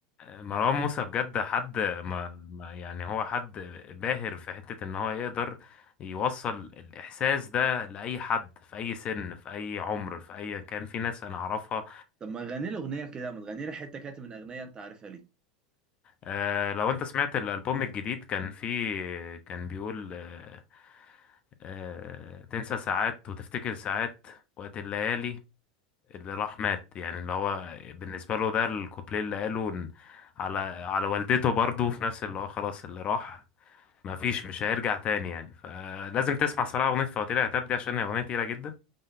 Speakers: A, on the left; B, on the right.
A: مروان موسى بجد حد ما ما- يعني هو حد باهر في حته ان هو يقدر يوصل الاحساس ده لاي حد في اي سن في اي عمر في اي كان في ناس انا اعرفها
B: طب ما تغني لي أغنية كده ما تغني لي حتة كاتب من أغنية أنت عارفها ليه
A: آه لو انت سمعت الالبوم الجديد كان فيه كان بيقول آه آه تنسى ساعات وتفتكر ساعات وقت الليالي اللي راح مات يعني اللي هو بالنسبه له ده الكوبليه اللي قاله إن- على على والدته برضه في نفس اللي هو خلاص اللي راح ما فيش مش هيرجع تاني يعني فلازم تسمع صراحه اغنيه فواتير يا تاب دي عشان هي اغنيه تقيله جدا